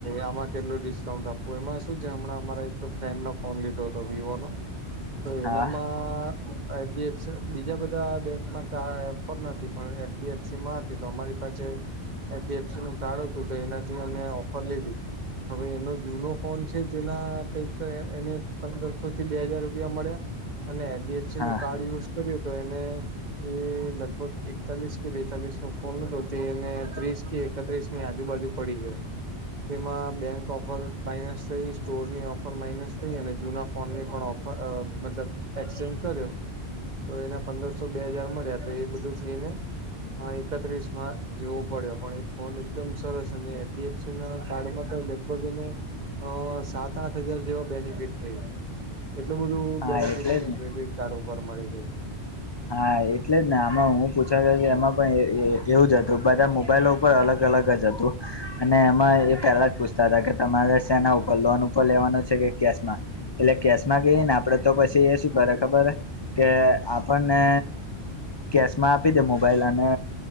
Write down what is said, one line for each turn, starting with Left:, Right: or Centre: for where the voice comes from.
Right: આ કેટલું ડિસ્કાઉન્ટ આપવું એમાં શું છે હમણાં અમારે એક ફ્રેન્ડ નો ફોન લીધો હતો વિવો નો તો
Left: હા
Right: એનામાં એસડીએફસી બીજા બધા બેંકમાં પણ એસડીએફસીમાં હતી તો અમારી પાસે એડીએફસી નું કાર્ડ હતું તો એનાથી અમે ઓફર લીધી. હવે એનો જૂનો ફોન છે જેના કઈક એને પંદરસો થી બે હાજાર રૂપિયા મળ્યા. અને એલડીએફસી
Left: હા
Right: નું કાર્ડ યુઝ કર્યું તો એને એ લગભગ એકતાલીસ કે બેતાલીસ નો ફોન ન તે એને ત્રીસ કે એકત્રીસ આજુબાજુ પડી ગ તેમાં બેંક ઓફર માઇનસ થઈ સ્ટોરની ઓફર માઇનસ થઈ અને જૂના ફોન ની પણ ઓફર મતલબ એક્સચેન્જ કર્યો તો એના પંદરસો બે હાજાર મળ્યા તો એ બધું થઈને હા એકત્રીસ માં જેવો પડ્યો પણ એ ફોન એકદમ સરસ અને એડીએફસી ના કાર્ડમાં તો લગભગ એને અ સાત આઠ હજાર જેવા બેનિફિટ થ એટલું બધું
Left: હા
Right: બેનિફિટ
Left: એટલે
Right: એને
Left: જ ને
Right: ક્રેડિટ કાર્ડ ઉપર મળી ગય.
Left: હા એટલે જ ને આમાં હું પૂછ્યો કે એમાં પણ એવું જ હતું બધા મોબાઈલ અલગ અલગ જ હતું અને એમાં એ પેલા જ પુસ્ત કે તમારે સેના ઉપર લોન ઉપર લેવાનું છે કે કેશમાં એટલે કેશમાં કહીએ ને આપડે તો પછી એ શું કરે ખબર કે આપણને કેશમાં આપી દે મોબાઈલ અને